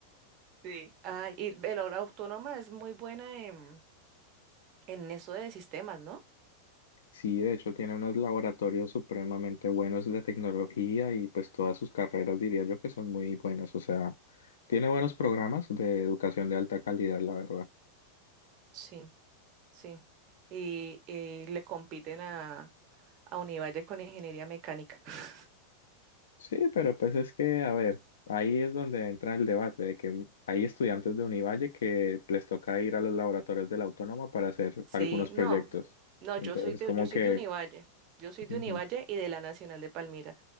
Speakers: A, on the right; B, on the left.
A: Sí. Ah, y el- la autónoma es muy buena en, en eso de sistemas, ¿no?
B: Sí, de hecho tiene unos laboratorios supremamente buenos de tecnología y pues todas sus carreras diría yo que son muy buenas. O sea, tiene buenos programas de educación de alta calidad, la verdad.
A: Sí, sí. Y, y le compiten a, a Univalle con ingeniería mecánica. <laughs>
B: Sí, pero pues es que, a ver, ahí es donde entra el debate de que hay estudiantes de Univalle que les toca ir a los laboratorios de la Autónoma para hacer
A: Sí,
B: algunos proyectos.
A: no, no,
B: Entonces,
A: yo soy de,
B: como
A: yo soy
B: que...
A: de Univalle. Yo soy de
B: ujú.
A: Univalle y de la Nacional de Palmira.